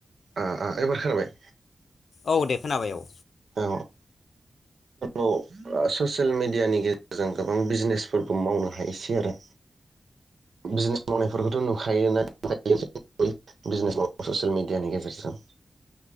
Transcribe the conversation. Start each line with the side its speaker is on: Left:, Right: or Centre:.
Right: आ आ एबार खोनाबाय
Left: औ दे खोनाबाय औ।
Right: औ औ <inaudible> ससेल मेडियानि गेजेरजों गोबां बिजिनेसफोर मावनो हायोसै आरो बिजनेस मावनायफोरखौथ नुखायोना <inaudible> ससियेल मिडियानि गेजेरजों